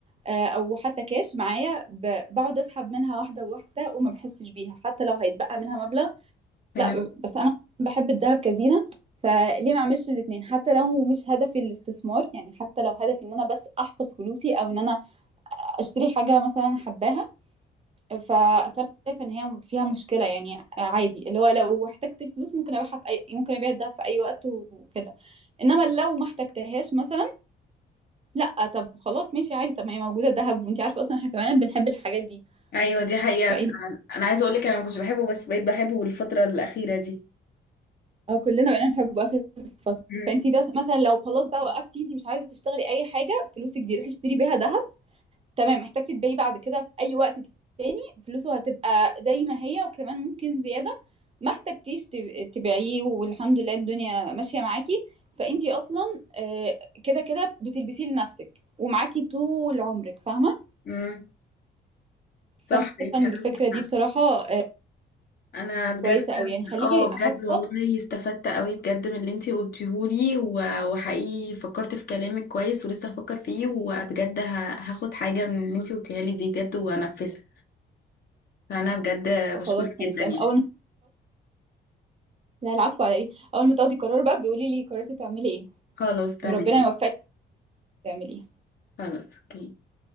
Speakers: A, on the right (about 30°); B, on the left (about 50°).
A: آه، أو حتى كاش معايا ب- بقعد أسحب منها واحدة واحدة وما بحسش بيها حتى لو هيتبقى منها مبلغ
B: تمام
A: لا ب- بس انا بحب الذهب كزينة فليه ما اعملش الاثنين حتى لو مش هدفي الاستثمار يعني حتى لو هدفي ان انا بس احفظ فلوسي او ان انا اشتري حاجة مثلا أنا حباها ف... فانا شايفة ان هي فيها مشكلة يعني عادي اللي هو لو احتجت الفلوس ممكن ابيعها في اي ممكن ابيع الذهب في اي وقت وكده انما لو ما احتجتهاش مثلا لا طب خلاص ماشي عادي طب ما هي موجودة الذهب وانت عارفة اصلا احنا كمان بنحب الحاجات دي
B: ايوه دي حقيقة
A: فايه
B: فعلا انا عايزة اقولك انا ما كنتش بحبه بس بقيت بحبه الفترة الأخيرة دي
A: آه، كلنا بقينا نحبه آخر فترة
B: مم.
A: فأنتِ بس مثلًا لو خلاص بقى وقفتِ أنتِ مش عايزة تشتغلي أي حاجة، فلوسِك دي روحي اشتري بيها دهب، تمام محتاجة تبيعيه بعد كده في أي وقت تاني، فلوسه هتبقى زي ما هي وكمان ممكن زيادة، ما احتجتيش تب تبيعيه والحمد لله الدنيا ماشية معاكِ، فأنتِ أصلًا آآ، كده، كده بتلبسيه لنفسِك ومعاكِ طول عمرِك فاهمة؟
B: مم. صح
A: فأنا شايفة
B: انت
A: إن
B: عندك
A: الفكرة دي
B: حق
A: بصراحة آآ،
B: انا بجد
A: كويسة أوي يعني خليكِ
B: اه بجد
A: حاسة
B: والله استفدت قوي بجد من اللي انت قلتيهولي و- وحقيقي فكرت في كلامك كويس ولسه هفكر فيه وبجد ه- هاخد حاجة من اللي انت قلتيها لي دي بجد وانفذها فانا بجد
A: خلاص
B: بشكرك
A: ماشي
B: جدا يعني
A: أول لا العفو على ايه اول ما تاخدي قرار بقى بيقولي لي قررتي تعملي ايه
B: خلاص تمام
A: وربنا يوفقك تعمليه
B: خلاص اوكي